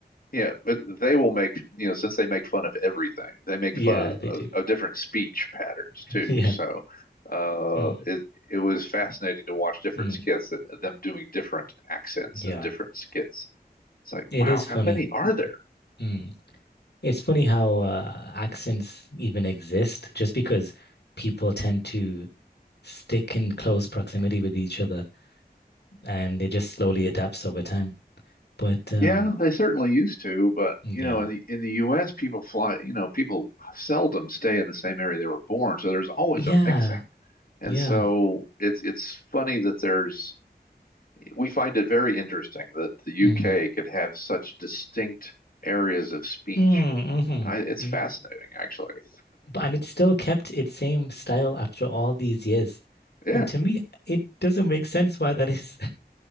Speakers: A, on the left (about 60°); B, on the left (about 75°).
A: yeah, but they will make, you know, since they make fun of everything, they make
B: Yeah,
A: fun of
B: they
A: of,
B: do.
A: of
B: <laughs>
A: different speech patterns too.
B: Yeah.
A: So, uh
B: Mm,
A: it it was fascinating to watch different
B: mm,
A: skits that them doing different accents
B: yeah.
A: and different skits. It's like,
B: It
A: wow,
B: is funny.
A: how many are there?
B: Mm. It's funny how uh, accents even exist just because people tend to stick in close proximity with each other and it just slowly adapts over time. But um,
A: Yeah, they certainly used to, but
B: yeah,
A: you know, in the in the US, people fly, you know, people seldom stay in the same area they were born, so there's always
B: yeah,
A: a mixing. And
B: yeah.
A: so it's it's funny that there's we find it very interesting that the UK
B: Mm.
A: could have such distinct areas of speech.
B: Mm,
A: I, it's
B: hmm
A: fascinating, actually.
B: And it still kept its same style after all these years.
A: Yeah.
B: And to me, it doesn't make sense why that is